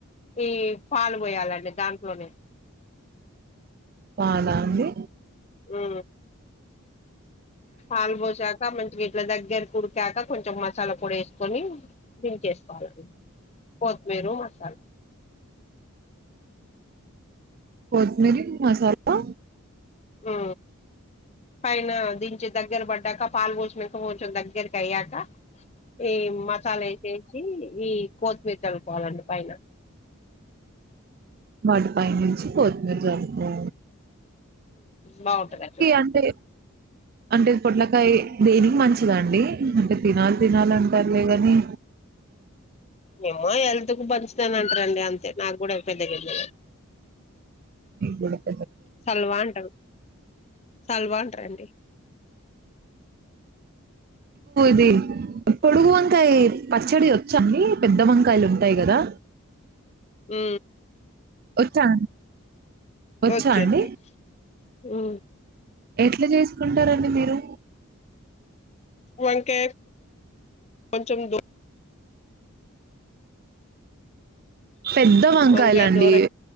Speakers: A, on the left; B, on the right.
A: ఈ పాలు పోయాలండి దాంట్లోనే
B: బదా అంది
A: అ హల్ బో జగా మ వీట్ల దగ్గర కూడికాక కొంచెం మసాలా కూడా వేసుకొని దంచేసుకోవాలని కొత్తిమీర మసాలా
B: కొత్మరి మసాలా
A: ఉ పైన దించే దగ్గర పడ్డాక పాలు పోచుినంక పోచొని దగ్గరకి అయ్యాక ఏ మసాల వ ఈ కోతిమీ తెలు పోవాలండి పైన
B: వాటి పై నుంచి పోతుమరు చదుకో
A: బాగుంటుంది అ చూ
B: అంటే అంటే పొట్లకాయ దేనికి మంచిదండి అంటే తినాలి తినాలి అంటారులే కాని
A: ఏమో హెల్త్ కు పంచుతాన అంటారండి అంతే నాకు కూడా పెద్ద గద్ద
B: ఇ
A: సలవా అంటారు సలవాంటారుండి
B: ది కొడుగుంత వంకాయ పచ్చడి వచ్చండి పెద్ద వంకాయలు ఉంటాయి కదా
A: ఉ
B: వచ్చా వచ్చా
A: వచ్చంది
B: అండి
A: ఆ
B: ఎట్లా చేసుకుంటారండి మీరు
A: వంకే కొంచం దో
B: పెద్ద వంకాయలు
A: వంకాయ
B: అండి
A: దూరగా